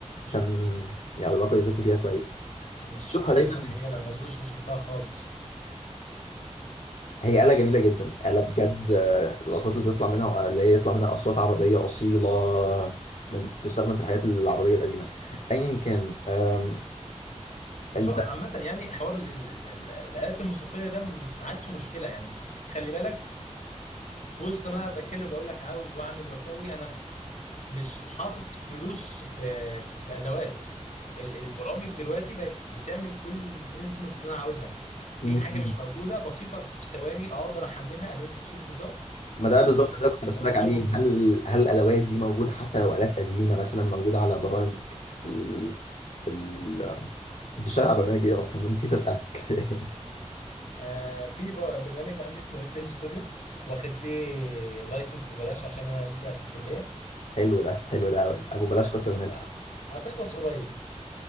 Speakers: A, on the left (about 70°); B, on the left (about 80°).
A: عشان يعرفوا يعزفوا بيها كويس
B: مش
A: بتشوفها
B: عارف
A: دايما
B: اتخيلها ما اظنش اني شفتها خالص
A: هي آلة جميلة جدا آلة بجد آه، الأصوات اللي بيطلع منها آه، اللي هي يطلع منها أصوات عربية أصيلة آه، بتستخدم في الحاجات العربية القديمة أيا كان آم،
B: بس
A: أنت
B: هو عامة يعني حوار ال- ال- ال- الآلات الموسيقية ده م- ما عادش مشكلة يعني خلي بالك ف- في وسط ما بتكلم وبقول لك عاوز واعمل واسوي انا مش حاطط فلوس في في في ادوات ال- البرامج دلوقتي بقت بتعمل كل الانسترومنتس اللي انا عاوزها في
A: مم.
B: حاجة مش موجودة بسيطة في ثواني اقدر احملها انزل صوت جيتار
A: ما ده بالظبط
B: وابقى
A: اللي أنا كنت
B: الجيتار
A: بسألك عليه
B: موجود
A: هل هل الأدوات دي موجودة حتى لو آلات قديمة مثلا موجودة على برامج ال ال أنت شغال على برنامج إيه أصلا نسيت أسألك <laughs>
B: آه، في بر- برنامج عندي اسمه اف ال ستوديو واخد فيه لايسنس ببلاش عشان انا لسه في الكليه
A: حلو ده حلو ده أوي أبو بلاش كتر
B: بس
A: منه
B: ه- هتخلص قريب